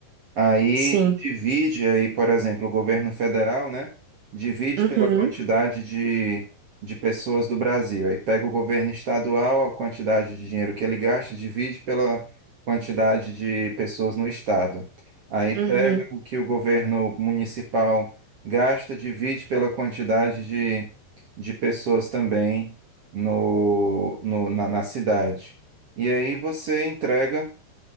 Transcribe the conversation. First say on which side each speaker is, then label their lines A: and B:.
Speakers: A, on the right (about 55°); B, on the right (about 80°).
A: Aí
B: Sim.
A: divide aí, por exemplo, o governo federal, né? Divide
B: Uhum.
A: pela quantidade de, de pessoas do Brasil. Aí pega o governo estadual, a quantidade de dinheiro que ele gasta, divide pela quantidade de pessoas no estado. Aí pega
B: Uhum.
A: o que o governo municipal gasta, divide pela quantidade de, de pessoas também no, no, na na cidade. E aí você entrega